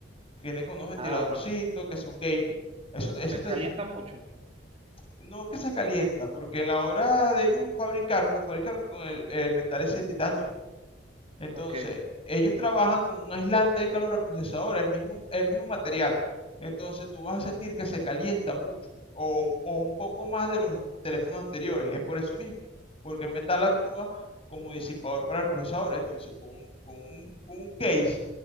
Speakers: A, on the left (about 30°); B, on the right (about 30°).
A: que Viene con unos ventiladorcitos
B: Ajá.
A: que son gaming. Eso, eso
B: Se
A: te-
B: calienta mucho.
A: no es que se calienta, porque en la hora de ellos fabricaron, lo fabricaron con el, el metal ese de titanio. Entonces,
B: Ok.
A: ellos trabajan como un aislante de calor al procesador, el mismo, el mismo material. Entonces, tú vas a sentir que se calienta mucho o, o un poco más de los teléfonos anteriores. Es por eso mismo, porque el metal actúa como disipador para el procesador. Entonces, con un, con un- con un case